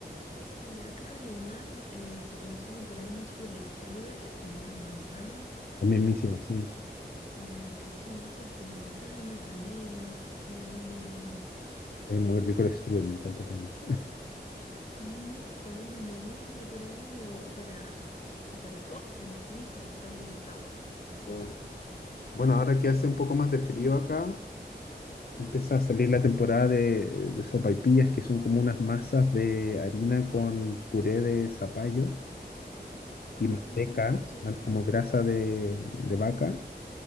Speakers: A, on the left; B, on the left.
A: Sí, acá alemán eh, se consume por ahí mucho el strudel de manzana.
B: También mismo, sí.
A: eh, que sí, eso es con manzana, canela. Sí, es bien alemán.
B: Es muy rico el strudel, me encanta también.
A: Ujú, Para una merienda por ahí o para, o para postre mismo también está bueno.
B: Ah. Bueno, ahora que hace un poco más de frío acá, Empieza a salir la temporada de, de sopaipillas, que son como unas masas de harina con puré de zapallo y
A: Ay,
B: manteca,
A: nunca escuché
B: man-
A: eso.
B: como grasa de, de vaca,